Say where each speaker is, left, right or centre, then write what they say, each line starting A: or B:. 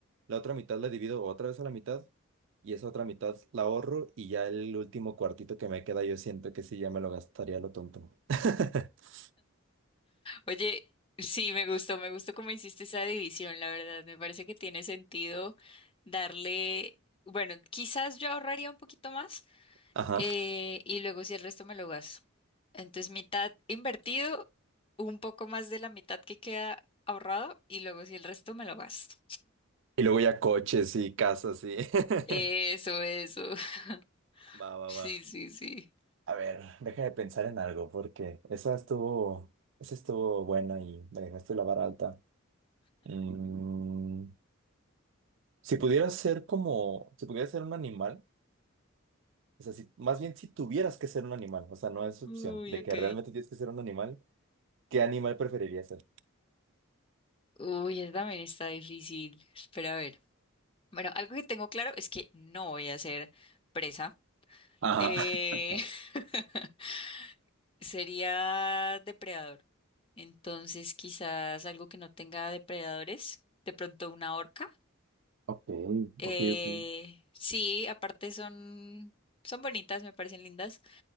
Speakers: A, on the right; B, on the left.
A: la otra mitad la divido otra vez a la mitad y esa otra mitad la ahorro y ya el último cuartito que me queda yo siento que sí, ya me lo gastaría a lo tonto. <laughs>
B: Oye, sí, me gustó, me gustó cómo hiciste esa división, la verdad. Me parece que tiene sentido darle, bueno, quizás yo ahorraría un poquito más
A: Ajá.
B: eh, y luego si el resto me lo gasto. Entonces, mitad invertido, un poco más de la mitad que queda ahorrado y luego si el resto me lo gasto.
A: Y luego ya coches y casas y... <laughs>
B: Eso, eso. <laughs>
A: Va, va,
B: Sí,
A: va.
B: sí, sí.
A: A ver, déjame pensar en algo porque esa estuvo, esa estuvo buena y me dejaste la vara alta. Mm, Si pudieras ser como, si pudieras ser un animal, o sea, si, más bien si tuvieras que ser un animal, o sea, no es opción,
B: Uy,
A: de
B: ok.
A: que realmente tienes que ser un animal, ¿qué animal preferirías ser?
B: Uy, esa también está difícil. Espera a ver. Bueno, algo que tengo claro es que no voy a ser presa.
A: Ajá.
B: Eh,
A: <laughs>
B: <laughs> sería depredador. Entonces, quizás algo que no tenga depredadores, de pronto una orca.
A: Ok,
B: Eh,
A: ok, ok.
B: sí, aparte son, son bonitas, me parecen lindas.